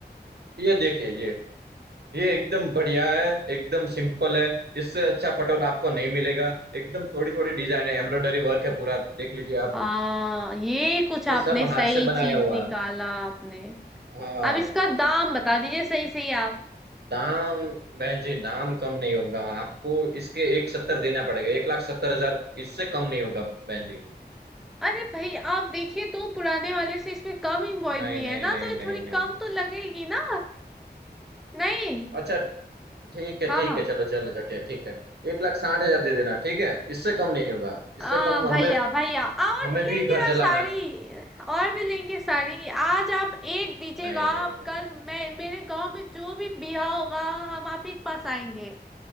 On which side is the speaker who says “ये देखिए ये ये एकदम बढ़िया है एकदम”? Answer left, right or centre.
Right